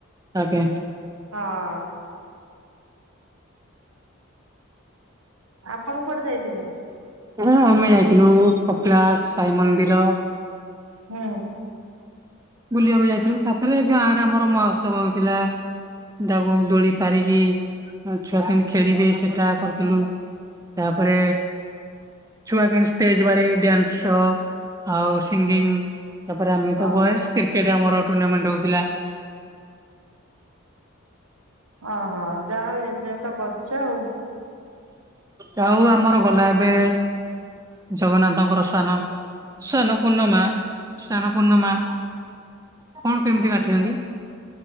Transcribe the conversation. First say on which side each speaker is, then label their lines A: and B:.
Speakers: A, on the right (about 15°); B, on the right (about 85°).
A: ଆଜ୍ଞା।
B: ହଁ। ଆପଣ କୁଆଡେ ଯାଇଥିଲେ?
A: ହ ଆମେ ଯାଇଥିଲୁ କପିଳାଶ ସାଇ ମନ୍ଦିର।
B: ହୁଁ।
A: ବୁଲିବାକୁ ଯାଇଥିଲୁ ତାପରେ ଗାଁ ରେ ଆମର ମହୋତ୍ସବ ହଉଥିଲା। ତାକୁଙ୍କୁ ଦୋଳି ପାରିକି ଛୁଆ କେମିତି ଖେଳିବେ ସେଟା କରିଥିଲୁ। ତାପରେ ଛୁଆ କ ଷ୍ଟେଜ ବାଳି ଡ୍ୟାନ୍ସ ଆଉ ସିଙ୍ଗିଗ୍। ତାପରେ ଆମେ ତ
B: ଓହୋ
A: ବୟସ କ୍ରିକେଟ ଆମର ଟୁର୍ଣ୍ଣାମେଣ୍ଟ ହଉଥିଲା।
B: ଓହଁ ଯାହା ହ ଏନ୍ ଯ ତ କରିଛ ଆଉ।
A: ଗୋ ଆଉ ଆମର ଗଲା ଏବେ ଜଗନ୍ନାଥଙ୍କର ସ୍ଵାନ ସ୍ଵାନ ପୂର୍ଣ୍ଣମା ସ୍ଵାନ ପୂର୍ଣ୍ଣମା। କଣ କେମିତି କାଟିଛନ୍ତି?